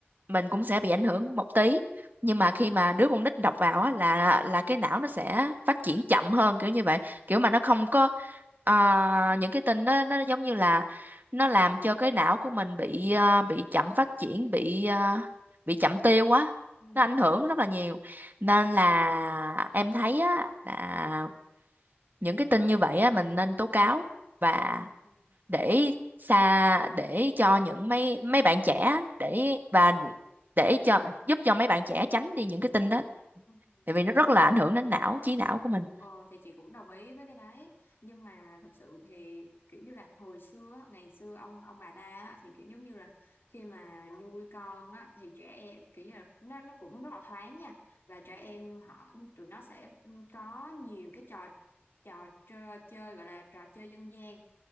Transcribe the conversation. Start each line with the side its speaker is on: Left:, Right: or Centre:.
Right: mình cũng sẽ bị ảnh hưởng một tí
Left: ừ.
Right: nhưng mà khi mà đứa con nít đọc vào á là là cái não nó sẽ phát triển chậm hơn kiểu như vậy
Left: Ừ.
Right: kiểu mà nó không có ờ, những cái tin đó nó giống như là nó làm cho cái não của mình bị ờ, bị chậm phát triển bị ờ, bị chậm tiêu á
Left: Ừ.
Right: nó ảnh hưởng rất là nhiều
Left: Ừ.
Right: nên là em thấy á là những cái tin như vậy á mình nên tố cáo và
Left: Ừ.
Right: để xa để cho những mấy mấy bạn trẻ để và để cho giúp cho mấy bạn trẻ tránh đi những cái tin đó
Left: ừ.
Right: tại vì nó rất là ảnh hưởng đến não trí não của mình
Left: Ờ, thì chị cũng đồng ý với cái đấy nhưng mà thực sự thì kiểu như là hồi xưa á, ngày xưa ông ông bà ta á, thì kiểu giống như là khi mà nuôi con á, thì trẻ em kiểu như là nó nó cũng rất là thoáng nha và trẻ em họ tụi nó sẽ có nhiều cái trò trò trơ- chơi gọi là trò chơi dân gian